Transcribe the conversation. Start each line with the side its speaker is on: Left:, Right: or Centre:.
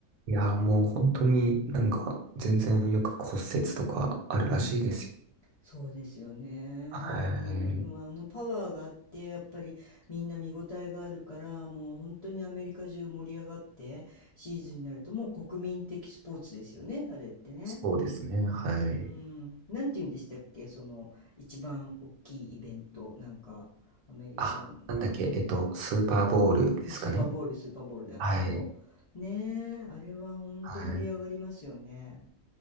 Right: いやーもう本当になんか全然よく骨折とかあるらしいですよ。
Left: うん、そうですよね。
Right: はい。
Left: うん、でもあのパワーがあってやっぱりみんな見応えがあるからもう本当にアメリカ中盛り上がってシーズンになるともう国民的スポーツですよねあれってね。
Right: そうですね。はい。
Left: うーん、なんて言うんでしたっけ、その一番大きいイベント、なんかアメリカン、
Right: あ、なんだっけ、えっと、スーパーボールですかね。
Left: スーパーボール、スーパーボールだ、
Right: はい。
Left: そう。ねえ、あれは本当盛り上がりますよね。
Right: はい。